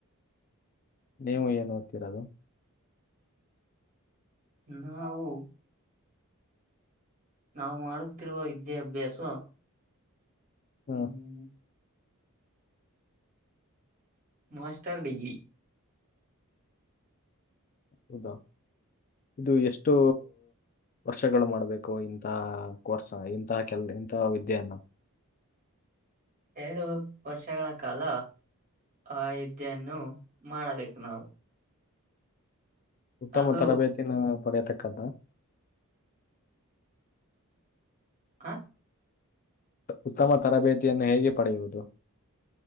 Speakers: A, on the left; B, on the right.
A: ನೀವು ಏನ್ ಓದ್ತ್ತಿರೋದು
B: ನಾವು ನಾವು ಮಾಡುತ್ತಿರುವ ವಿದ್ಯಾಭ್ಯಾಸ
A: ಹಾ
B: ಹ್ಮ್ ಹ್ಮ್ಮ ಮಾಸ್ಟರ್ ಡಿಗ್ರಿ
A: ಹೌದಾ ಇದು ಎಷ್ಟು ವರ್ಷಗಳು ಮಾಡ್ಬೇಕು ಇಂತ ಕೋರ್ಸ್ ಇಂತ ಕೆಲ್ ಇಂತ ವಿದ್ಯೆಯನ್ನು
B: ಎರಡು ವರ್ಷಗಳ ಕಾಲ ಆ ಯುದ್ದೆಯನ್ನು ಮಾಡಬೇಕು ನಾವು
A: ಉತ್ತಮ
B: ಅದು
A: ತರಬೇತಿನ ಪಡೆಯತಕ್ಕ್ದ
B: ಆ
A: ಉತ್ತಮ ತರಬೇತಿಯನ್ನು ಹೇಗೆ ಪಡೆಯುವುದು